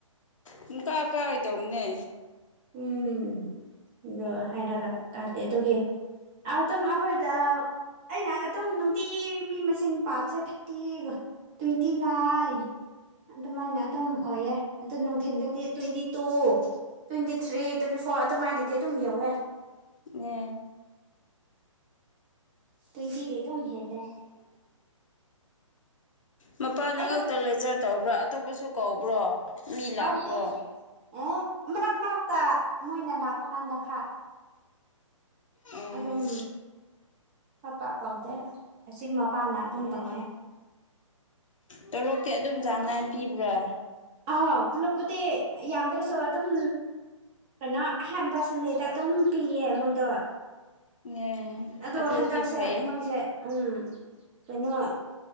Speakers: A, on the left (about 70°); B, on the right (about 25°).
A: ꯄꯨꯡ ꯀ ꯀꯥꯒ ꯗꯣꯝꯅꯦ
B: ꯎꯝ ꯑꯗꯣ ꯍꯥꯏꯔꯒ ꯇꯥꯗꯦ ꯑꯗꯨꯒꯤ ꯑꯗꯨꯝ ꯑꯈꯣꯏꯗ ꯑꯩꯅ ꯑꯗꯨꯝ ꯅꯨꯡꯇꯤ ꯃꯤ ꯃꯁꯤꯡ ꯄꯥꯕꯁꯦ ꯊꯥꯔꯇꯤꯒꯣ ꯇ꯭ꯋꯦꯟꯇꯤ ꯅꯥꯢ ꯑꯗꯨꯃꯥꯏꯅ ꯑꯗꯨꯝ ꯑꯣꯏꯌꯦ ꯑꯗꯨ ꯅꯨꯡꯊꯤꯟꯗꯗꯤ twenty two twenty three twenty four ꯑꯗꯨꯃꯥꯏꯅꯗꯤ ꯑꯗꯨꯝ ꯌꯧꯋꯦ
A: ꯅꯦ
B: ꯇ꯭ꯋꯦꯟꯇꯤꯗꯤ ꯗꯨꯝ ꯍꯦꯜꯂꯦ
A: ꯃꯄꯥꯟ ꯅ
B: ꯑꯌꯨꯛ
A: ꯉꯛꯇ ꯂꯩꯆꯔ ꯇꯧꯕ꯭ꯔ ꯑꯇꯣꯞꯄꯁꯨ ꯀꯧꯕ꯭ꯔꯣ ꯃꯤ
B: ꯇꯥꯎꯗꯦꯗ
A: ꯂꯥꯛꯄ꯭ꯔꯣ
B: ꯑꯦ ꯃꯔꯛ ꯃꯔꯛꯇ ꯃꯣꯢꯅ ꯂꯥꯛꯄ ꯀꯥꯟꯗ ꯈ꯭ꯔ
A: ꯑꯦ
B: ꯑꯗꯨꯝ ꯄꯥꯛ ꯄꯥꯛ ꯀꯧꯗꯦ ꯑꯁꯤ ꯃꯄꯥꯅ ꯑꯗꯨꯝ
A: ꯑꯦ
B: ꯇꯧꯋꯦ
A: ꯇꯣꯂꯣꯞꯇꯤ ꯑꯗꯨꯝ ꯆꯥꯡ ꯅꯥꯏꯅ ꯄꯤꯕ꯭ꯔꯥ
B: ꯑ ꯇꯨꯂꯨꯞꯄꯠꯇꯤ ꯌꯥꯗ꯭ꯔꯁꯨ ꯑꯗꯨꯝ ꯀꯩꯅ ꯑꯍꯥꯟꯕ ꯁꯟꯗꯦꯗ ꯑꯗꯨꯝ ꯄꯤꯌꯦ ꯃꯣꯏꯗꯣ
A: ꯑꯦ
B: ꯑꯗꯣ
A: ꯑꯗꯨꯗꯤ
B: ꯍꯟꯗꯛꯁꯦ
A: ꯐꯩꯌꯦ
B: ꯃꯣꯏꯁꯦ ꯎꯝ ꯀꯩꯅꯣ ꯑ